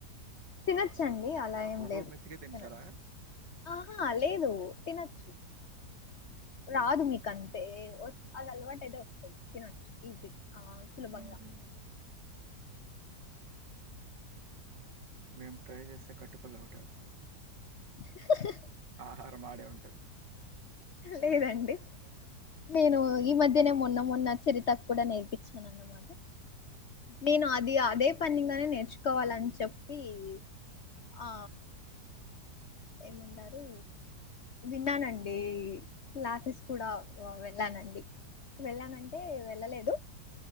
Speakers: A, on the left; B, on the right.
A: తినొచ్చండి అలా ఏం
B: ఒగో
A: లేదు
B: మెతికే తింటారా
A: తినొచ్చు ఆహా లేదు తినొచ్చు రాదు మీకంటే వస్ అది అలవాటయితే వస్తాది తినచ్చు ఈజీగా ఆ సులభంగా
B: మ్మ్ మేము ట్రై చేస్తే కట్టి పుల్ల ఒకటే వస్తాది
A: ఆ
B: ఆహారం ఆడే ఉంటాది
A: లేదండి నేను ఈ మధ్యనే మొన్న మొన్న చరిత కూడా నేర్పించాను అన్నమాట నేను అది అదే పనిగానే నేర్చుకోవాలని చెప్పి ఇది ఆ ఏమండారు విన్నానండి క్లాసెస్ కూడా వెళ్లానండి వెళ్లానంటే వెళ్లలేదు